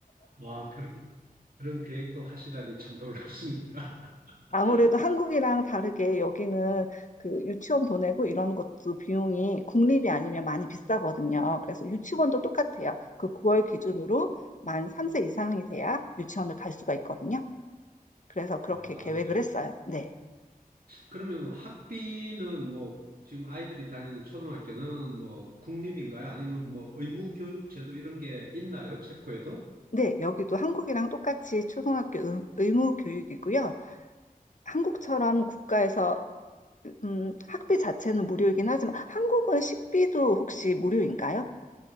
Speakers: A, on the right; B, on the left.
A: 아, 그런, 그런 계획도 하시다니 참 놀랍습니다.
B: 아무래도
A: <laughs>
B: 한국이랑 다르게 여기는 그 유치원 보내고 이런 것도 비용이 국립이 아니면 많이 비싸거든요. 그래서 유치원도 똑같아요. 그 9월 기준으로 만 3세 이상이 돼야 유치원을 갈 수가 있거든요. 그래서 그렇게
A: 아,
B: 계획을
A: 네.
B: 했어요. 네.
A: 그러면 학비는 뭐, 지금 아이들이 다니는 초등학교는 뭐, 국립인가요? 아니면 뭐, 의무교육 제도 이런 게 있나요? 체코에도?
B: 네, 여기도 한국이랑 똑같이 초등학교 의- 의무 교육이고요. 한국처럼 국가에서 음, 학비 자체는 무료이긴 하지만 한국은 식비도 혹시 무료인가요?